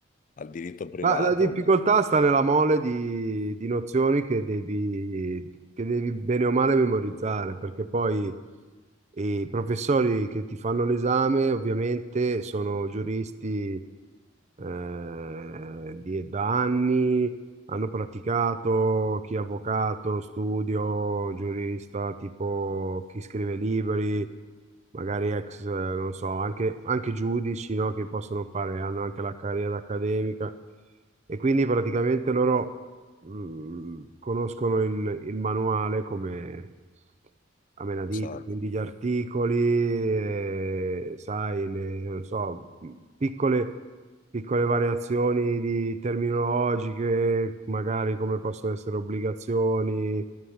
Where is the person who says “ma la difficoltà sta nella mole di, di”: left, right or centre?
Right